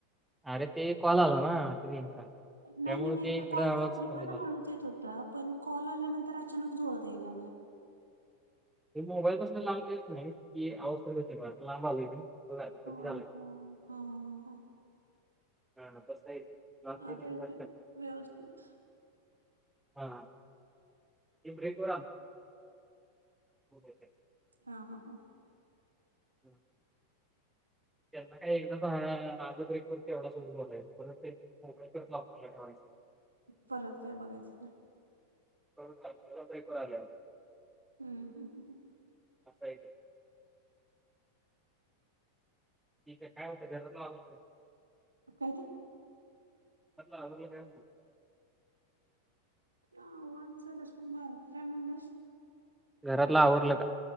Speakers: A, in the centre; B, on the right.
A: अरे ते कॉल आलं ना नेमका
B: नाही
A: त्यामुळे
B: नाही नाही,
A: ते
B: त्या
A: इकडं
B: कॉलच्या
A: आवाज
B: आधी
A: कमी
B: पण
A: झाला.
B: हळूच येत होता. पण कॉल आल्यानंतर अचानक जोरात यायला लागला.
A: मोबाईल कसल्या लांब गेलं नाही की, अवाज लांब आ हो, का
B: होय
A: झालं.
B: का हा हा हा हा
A: <unintelligible>
B: आता
A: गेलं की
B: यतोय
A: जरा
B: व्यवस्थित.
A: हा ब्रेक व <inaudible>
B: हा हा हा,
A: हम्म त्यांना काय एक ना आध ब्रेक कर एवढा बोलायचं पर ते मोबाईल कर आपल्याला ठेवायच.
B: परत काय बघायचं नाही.
A: परत <unintelligible>
B: हम्म हम्म
A: <unintelligible> ठीक आहे काय होतंय <unintelligible>
B: काय ते?
A: आवरला का?
B: <inaudible>
A: घरातला आवरलं का?